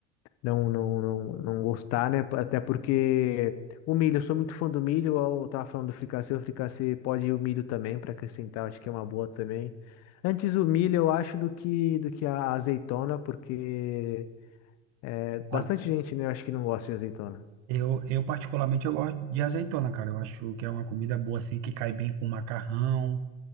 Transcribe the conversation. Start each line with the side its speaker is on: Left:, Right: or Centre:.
Left: não não não, não gostar, né? Até porque o milho, eu sou muito fã do milho, eu tava falando do fricassê, o fricassê pode ir o milho também para acrescentar, acho que é uma boa também. Antes o milho, eu acho, do que, do que a azeitona, porque É,
Right: Mas
Left: bastante gente, né? Eu acho que não gosta de azeitona.
Right: eu, eu, particularmente, eu gosto de azeitona, cara. Eu acho que é uma comida boa, assim, que cai bem com macarrão.